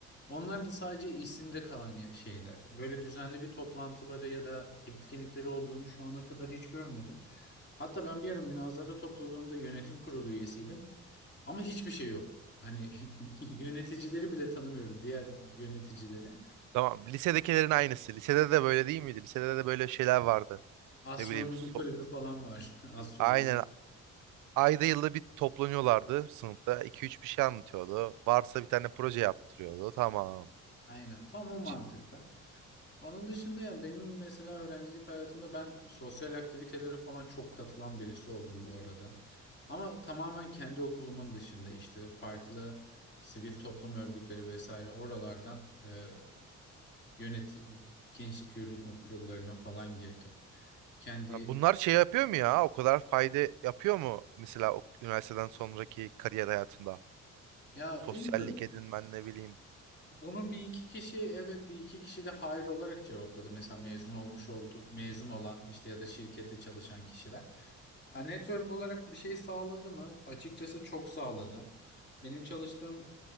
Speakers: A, on the left; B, on the right.
A: onlar da sadece isimde kalan ya- şeyler. Böyle düzenli bir toplantıları ya da etkinlikleri olduğunu şu ana kadar hiç görmedim. Hatta ben bir ara münazara topluluğunda yönetim kurulu üyesiydim ama hiçbir şey yok. Hani <laughs> yöneticileri bile tanımıyorum, diğer yöneticileri.
B: Tamam. Lisedekilerin aynısı. Lisede de böyle değil miydi? Lisede de böyle şeyler vardı.
A: Astronomi
B: Ne bileyim. so-
A: kulübü falan var. <laughs> Astroloji.
B: Aynen. Ayda yılda bir toplanıyorlardı sınıfta. 2 üç bir şey anlatıyordu. Varsa bir tane proje yaptırıyordu. Tamam.
A: Aynen tam o mantıkta.
B: Hiç.
A: Onun dışında yani benim mesela öğrencilik hayatımda ben sosyal aktivitelere falan çok katılan birisi oldum bu arada. Ama tamamen kendi okulumun dışında işte farklı sivil toplum örgütleri vesaire oralardan e, yönetim, gençlik yürütme kurullarına falan girdim. Kendi
B: Ha, Bunlar şey yapıyor mu ya? O kadar fayda yapıyor mu? Mesela o üniversiteden sonraki kariyer hayatında.
A: <laughs> ya
B: Sosyallik
A: bilmiyorum.
B: edinmen ne bileyim.
A: Bunu bir iki kişi evet bir iki kişi de hayır olarak cevapladı. Mesela mezun olmuş oldu, mezun olan işte ya da şirkette çalışan kişiler. Ha, network olarak bir şey sağladı mı? Açıkçası çok sağladı. Benim çalıştığım